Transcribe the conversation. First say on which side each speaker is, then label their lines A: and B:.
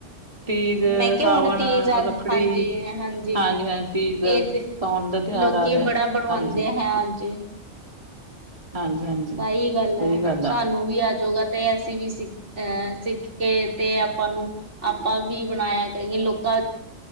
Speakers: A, on the right; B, on the right.
A: ਤੀਜ,
B: ਮੈਂ ਕਿਹਾ
A: ਸਾਵਣ,
B: ਹੁਣ ਤੀਜ ਆ
A: ਰੱਖੜੀ
B: ਹਾਂਜੀ-ਹਾਂਜੀ
A: ਹਾਂਜੀ-ਹਾਂਜੀ ਤੀਜ
B: ਇਹਦੇ
A: ਸਾਣ ਦਾ ਤਿਉਹਾਰ
B: ਲੋਕੀ
A: ਆ ਰਿਹਾ
B: ਬੜਾ ਬਣਵਾਉਂਦੇ
A: ਹਾਂਜੀ।
B: ਹੈ ਹਾਂਜੀ।
A: ਹਾਂਜੀ ਹਾਂਜੀ
B: ਸਹੀ ਗੱਲ
A: ਸਹੀ
B: ਹੈ, ਸਾਨੂੰ
A: ਆ
B: ਵੀ ਆਜੋਗਾ ਤੇ ਐਸੀ ਵੀ ਸੀ ਅਹ ਸਿੱਖ ਕੇ ਤੇ ਆਪਾਂ ਨੂੰ ਆਪਾਂ ਵੀ ਬਣਾਇਆ ਕਰੀਏ, ਲੋਕਾਂ